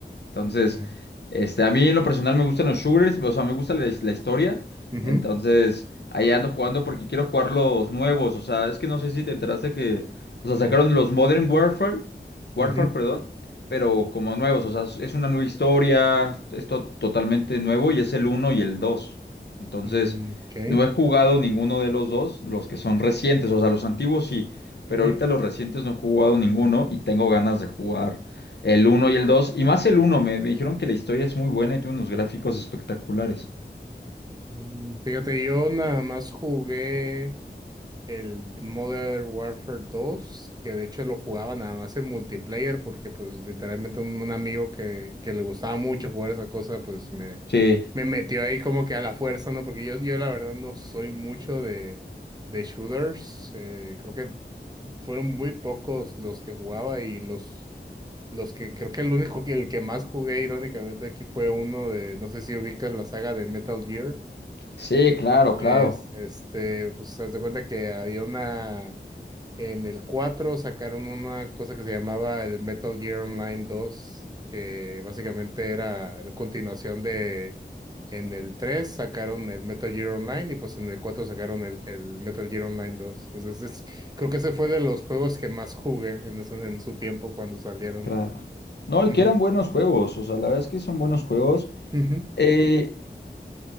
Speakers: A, on the left (about 65°); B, on the right (about 20°).
A: Entonces,
B: Okay.
A: este, a mí en lo personal me gustan los shooters, o sea, me gusta la, la historia.
B: Ujú,
A: Entonces, ahí ando jugando porque quiero jugar los nuevos. O sea, es que no sé si te enteraste que, o sea, sacaron
B: ujú,
A: los Modern Warfare, Warfare,
B: ujú.
A: perdón, pero como nuevos. O sea, es es una nueva historia, es to- totalmente nuevo y es el uno y el 2. Entonces,
B: Mm, ok.
A: no he jugado ninguno de los dos, los que son recientes, o sea, los antiguos sí, pero
B: Ujú.
A: ahorita los recientes no he jugado ninguno y tengo ganas de jugar el uno y el 2 y más el uno me, me dijeron que la historia es muy buena y tiene unos gráficos espectaculares.
B: Mm, Fíjate, yo nada más jugué. el Modern Warfare dos que de hecho lo jugaba nada más en multiplayer, porque pues literalmente un, un amigo que, que le gustaba mucho jugar esa cosa, pues me,
A: Sí,
B: me metió ahí como que a la fuerza, ¿no? Porque yo, yo la verdad no soy mucho de, de shooters, eh, creo que fueron muy pocos los que jugaba y los, los que creo que el único que el que más jugué irónicamente aquí fue uno de, no sé si ubicas la saga de Metal Gear.
A: sí, claro, claro,
B: Es, este, pues, haz de cuenta que había una, en el 4 sacaron una cosa que se llamaba el Metal Gear Online dos que básicamente era la continuación de... En el 3 sacaron el Metal Gear Online y pues en el 4 sacaron el, el Metal Gear Online dos Entonces, es- creo que ese fue de los juegos que más jugué en, ese- en su tiempo cuando salieron.
A: claro. No, y
B: Ujú,
A: que eran buenos juegos, o sea, la verdad es que son buenos juegos.
B: ujú,
A: Eh,